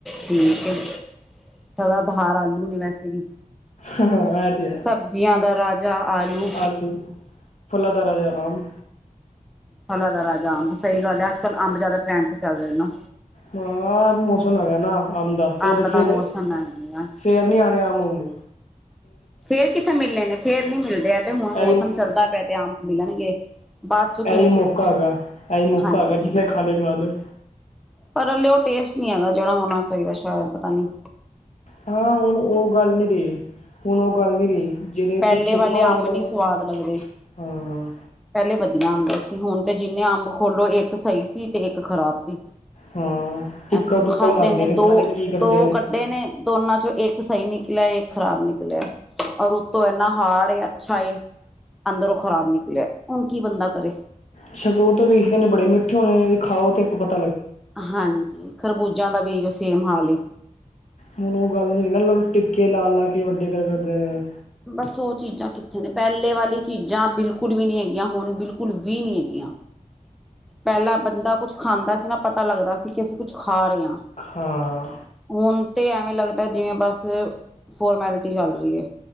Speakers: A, in the centre; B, on the left.
A: ਠੀਕ ਏ। ਸਦਾ ਬਹਾਰ ਆਲੂ ਨੇ ਵੈਸੇ ਵੀ।
B: ਹਾਂ ਐ ਤੇ ਐ,
A: ਸਬਜ਼ੀਆਂ ਦਾ ਰਾਜਾ ਆਲੂ।
B: ਆਲੂ ਫਲਾਂ ਦਾ ਰਾਜਾ ਆ ਉਂਚ
A: ਫਲਾਂ ਦਾ ਰਾਜਾ ਅੰਬ, ਸਹੀ ਗੱਲ ਐ। ਅੱਜ ਕੱਲ੍ਹ ਅੰਬ ਜਾ਼ਦਾ ਟਰੈਂਡ ਤੇ ਚੱਲ ਰਿਆ ਨਾਂ।
B: ਬਾ, ਮੌਸਮ ਹੈਗਾ ਨਾ ਆਉਂਦਾ ਸੇਰੇ
A: ਅੰਬ
B: ਸੇਰੇ,
A: ਦਾ ਮੌਸਮ ਹੈ।
B: ਫੇਰ ਨੀ ਆਣੇ ਅੰਬ ਉਂਬ।
A: ਫੇਰ ਕਿੱਥੇ ਮਿਲਣੇ ਨੇ, ਫੇਰ ਨੀ ਮਿਲਦੇ। ਐ ਤੇ ਹੁਣ ਮੌਸਮ
B: ਇਹੀ
A: ਚੱਲਦਾ ਪਿਆ ਤੇ ਆਮ ਮਿਲਣਗੇ। ਬਾਅਦ ਚੋਂ ਕਿਸੇ
B: ਐਹੀ
A: ਨੇ
B: ਮੌਕਾ ਹੈਗਾ, ਐਹੀ ਮੌਕਾ
A: ਹਾਂਜੀ
B: ਹੈਗਾ, ਜਿੰਨੇ ਖਾਣੇ ਖਾਲੋ।
A: ਪਰ ਹਲੇ ਉਹ ਟੇਸਟ ਨਹੀਂ ਹੈਗਾ, ਜਿਹੜਾ ਹੋਣਾ ਚਾਈਦਾ, ਸੈ਼ਦ ਪਤਾ ਨਹੀਂ।
B: ਹਾਂ ਓ-ਓਹ ਗੱਲ ਨੀਗੀ। ਹੁਣ ਉਹ ਗੱਲ ਨੀ ਰੀ, ਜਿਹੜੇ
A: ਪਹਿਲੇ
B: ਪਿੱਛੋਂ
A: ਵਾਲੇ
B: ਤੋਂ ਨਾ
A: ਅੰਬ
B: ਆਂ, ਦ
A: ਨੀ
B: ਨਾ
A: ਸਵਾਦ ਲੱਗਦੇ।
B: ਹਾਂ।
A: ਪਹਿਲੇ ਵਧੀਆ ਆਂਦੇ ਸੀ। ਹੁਣ ਤੇ ਜਿੰਨੇਂ ਅੰਬ ਖੋਲੋ ਇੱਕ ਸਹੀ ਸੀ ਤੇ ਇੱਕ ਖ਼ਰਾਬ ਸੀ।
B: ਹਾਂ ਟਿੱਕਾ
A: ਅਸੀਂ ਹੁਣ
B: ਟੁੱਕਾ
A: ਖਾਧੇ
B: ਲਾਉਂਦੇ
A: ਨੇ ਦੋ।
B: ਪਤਾ ਨੀ ਕੀ ਕਰਦੇ
A: ਦੋ ਕੱਢੇ ਨੇ ਦੋਨਾਂ ਚੋਂ ਇੱਕ ਸਹੀ ਨਿਕਲਿਆ, ਇੱਕ ਖ਼ਰਾਬ ਨਿਕਲਿਆ। ਔਰ ਉੱਤੋਂ ਇੰਨਾ ਹਾਰਡ ਏ, ਅੱਛਾ ਏ ਅੰਦਰੋਂ ਖ਼ਰਾਬ ਨਿਕਲਿਆ, ਹੁਣ ਕੀ ਬੰਦਾ ਕਰੇ।
B: ਸ਼ੁਰੂ ਤੋਂ ਵੇਖਦੇ ਨੇ ਬੜੇ ਮਿੱਠੇ ਹੋਏ, ਖਾਓ ਤੇ ਪਤ
A: ਹਾਂਜੀ! ਖਰਬੂਜਾਂ ਦਾ ਵੀ ਏਈ ਓ ਸੇਮ ਹਾਲ ਏ।
B: ਹੁਣ ਉਹ ਗੱਲ ਨੀ ਨਾ ਮਲਬ, ਟਿੱਕੇ ਲਾ ਲਾ ਕੇ ਵੱਡੇ ਗੱਲ ਕਰਦੇ ਵੇ ਆ।
A: ਬਸ ਉਹ ਚੀਜ਼ਾਂ ਕਿੱਥੇ ਨੇ, ਪਹਿਲੇ ਵਾਲੀ ਚੀਜ਼ਾਂ ਬਿਲ ਕੁੱਡ ਵੀ ਨਹੀਂ ਹੈਗੀਆਂ, ਹੁਣ ਬਿਲਕੁੱਲ ਵੀ ਨਹੀਂ ਹੈਗੀਆਂ। ਪਹਿਲਾਂ ਬੰਦਾ ਕੁਛ ਖਾਂਦਾ ਸੀ ਨਾ, ਪਤਾ ਲੱਗਦਾ ਸੀ ਕਿ ਅਸੀਂ ਕੁਛ ਖਾ ਖਾ ਰਿਆਂ।
B: ਹਾਂ
A: ਹੁਨ ਤੇ ਐਵੇਂ ਲੱਗਦਾ ਜਿਵੇਂ ਬਸ ਫੋਰਮੈਲਿਟੀ ਚੱਲ ਰਹੀ ਏ